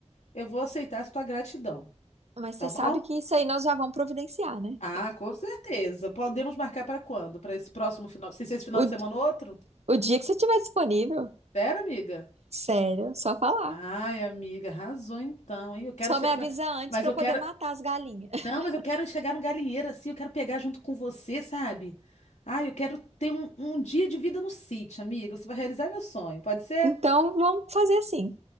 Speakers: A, on the left (about 80°); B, on the right (about 65°).
A: eu vou aceitar a sua gratidão,
B: mas
A: tá
B: você
A: bom?
B: sabe que isso aí nós já vamos providenciar, né?
A: Ah, com certeza. Podemos marcar para quando? Para esse próximo final? Se esse final
B: O,
A: de semana ou outro?
B: o dia que você estiver disponível,
A: Sério, amiga?
B: sério, só falar.
A: Ai, amiga, arrasou então, hein? Eu quero.
B: Só
A: che-
B: me avisa
A: ma-
B: antes
A: Mas
B: para
A: eu
B: eu poder
A: quero.
B: matar as galinhas. <laughs>
A: Não, mas eu quero chegar no galinheiro assim, eu quero pegar junto com você, sabe? Ai, eu quero ter um, um dia de vida no sítio, amiga. Você vai realizar meu sonho, pode ser?
B: Então, vamos fazer assim.